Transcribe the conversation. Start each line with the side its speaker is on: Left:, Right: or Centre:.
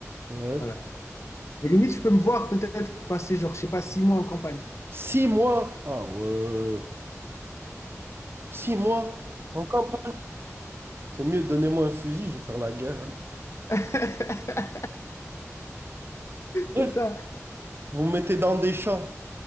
Right: Ouais.
Left: Voilà. Et limite, je peux me voir peut-être passer, genre, je sais pas, six mois en campagne.
Right: Six mois. Ah ouais. Six mois en campagne. C'est mieux, donnez-moi un fusil, je vais faire la guerre. hein.
Left: <laughs>
Right: Ouais.
Left: Putain.
Right: Vous me mettez dans des champs,